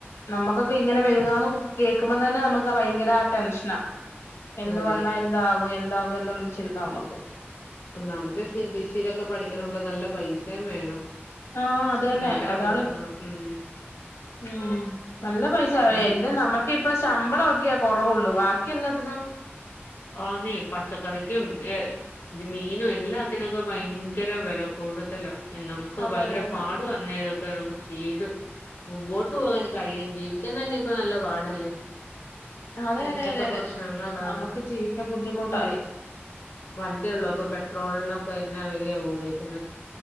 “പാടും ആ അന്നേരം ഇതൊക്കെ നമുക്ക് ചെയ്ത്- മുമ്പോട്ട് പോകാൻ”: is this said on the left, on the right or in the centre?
Left